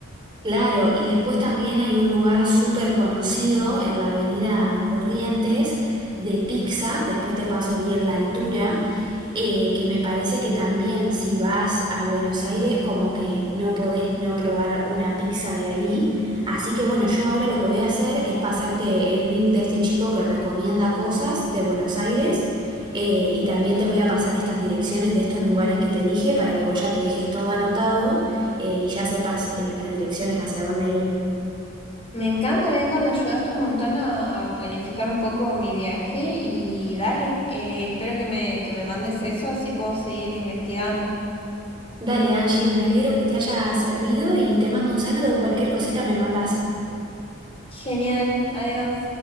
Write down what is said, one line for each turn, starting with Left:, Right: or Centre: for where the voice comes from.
Right: claro, y después también hay un lugar súper conocido en la avenida Corrientes de pizzas, después te paso bien la altura Eh, que me parece que también si vas a Buenos Aires como que no podés no probar una pizza de ahí. Así que bueno, yo ahora lo que voy a hacer es pasarte el link de este chico que recomienda cosas de Buenos Aires eh, y también te voy a pasar estas direcciones de estos lugares que te dije para que vos ya te dejes todo anotado eh, y ya sepas eh, las direcciones hacia dónde ir.
Left: Me encanta, Bianca, me ayudaste un montón a, a planificar un poco mi viaje y dale, eh, espero que me, que me mandes eso, así puedo seguir investigando.
Right: Dale, Angie, me alegro que te haya servido y te mando un saludo. Cualquier cosita me mandás.
Left: Genial, adiós.